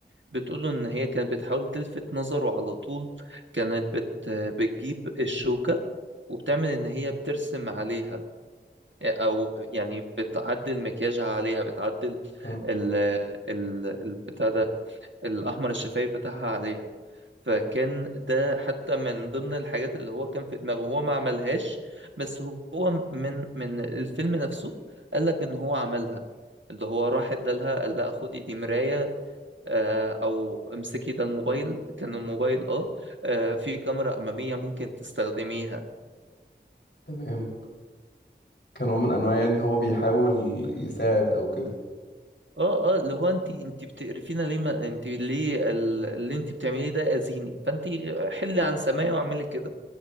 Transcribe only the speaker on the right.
بتقوله ان هي كانت بتحاول تلفت نظره على طول كانت بت بتجيب الشوكة وبتعمل ان هي بترسم عليها او يعني بتعدل مكياجها عليها بتعدل
ال ال البتاع ده الاحمر الشفايف بتاعها عليها فكان ده حتى من ضمن الحاجات اللي هو كان في دماغه هو ما عملهاش بس هو من من الفيلم نفسه قال لك ان هو عملها اللي هو راح ادالها قال لها خدي دي مراية آه، او امسكي ده الموبايل كان الموبايل اه آه، في كاميرا اماميه ممكن تستخدميها
اه اه اللي هو انت انت بتقرفينا ليه ما انت ليه ال- اللي انت بتعمليه ده اذيني فانت حلي عن سماعي واعملي كده